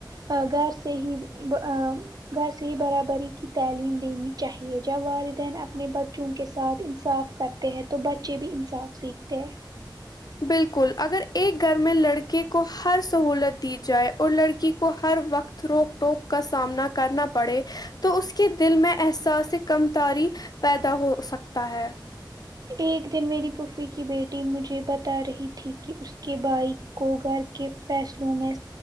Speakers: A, on the right; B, on the left.
A: گھر سے ہی گھر سے ہی برابری کی تعلیم دینی چاہیے جب والدین اپنے بچوں کے ساتھ انصاف کرتے ہیں تو بچے بھی انصاف سیکھتے ہیں
B: بالکل اگر ایک گھر میں لڑکے کو ہر سہولت دی جائے اور لڑکی کو ہر وقت روک ٹوک کا سامنا کرنا پڑے تو اس کے دل میں احساس کم تاری پیدا ہو سکتا ہے
A: ایک دن میری پھوفھی کی بیٹی مجھے بتا رہی تھی کہ اس کے بھائی کو گھر کے فیصلوں میں